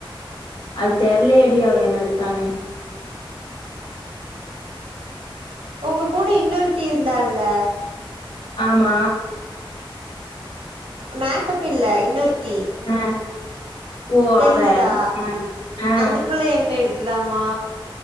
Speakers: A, on the left; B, on the right.
A: அது தெரலயேடி அவ என்ன எடுத்தானு
B: உங்க கூட இன்னொருத்தீ இருந்தால்ல
A: ஆமா
B: மேக்கப் இல்ல இன்னொருத் தி
A: அ. ஓ
B: தெரிஞ்சிதா
A: அவ. அ. அ.
B: அந்த பிள்ள என்ன எடுத் துதமா